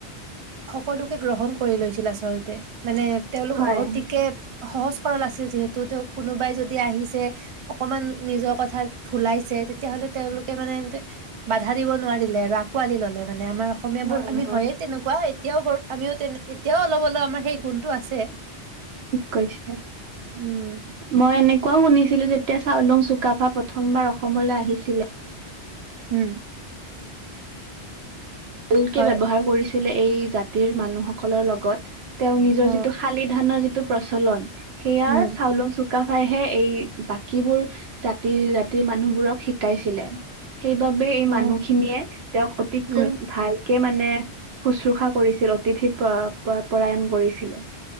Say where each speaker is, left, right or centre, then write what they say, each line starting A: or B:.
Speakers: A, on the right; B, on the right.
A: সকলোকে গ্ৰহণ কৰি লৈছিল আচলতে। মানে, তেওঁলোক
B: হয়,
A: অতিকে সহজ সৰল আছিল। যিহেতু তেওঁ কোনোবাই যদি আহিছে অকমান নিজৰ কথাত ভুলাইছে তেতিয়াহলে তেওঁলোকে মানে বাধা দিব নোৱাৰিলে আৰু আকোৱালি ললে। মানে আমাৰ অসমীয়া
B: হয়,
A: বোৰ আমি
B: হয়,
A: হয়ে তেনেকুৱা। কোৱা এতিয়াও ব আমিও তেনে এতিয়াও অলপ অলপ আমাৰ সেই গুণটো আছে।
B: ঠিক কৈছে,
A: উম
B: মই এনে কোৱা শুনিছিলো যেতিয়া চাউলুং চুকাফা প্ৰথমবাৰ অসমলৈ আহিছিলে।
A: উম।
B: ভালকে
A: হয়
B: ব্যৱহাৰ কৰিছে। আছিলে। এই জাতিৰ মানুহ সকলৰ লগত তেওঁ নিজৰ
A: অ
B: যিটো, শালি ধানৰ যিটো- টো প্ৰচলন। সেয়া
A: উম
B: চাউলুং চুকাফাইহে। এই বাকীবোৰ জাতি, জাতিৰ মানুহবোৰক শ- শিকাইছিলে। সেইবাবে এই
A: অ
B: মানুহ খিনিয়ে তেওঁক অতিত
A: উম
B: কৈ- ভালকে মানে, শুশ্ৰষা কৰিছিল। অতিথিক পৰায়ণ কৰিছিলে।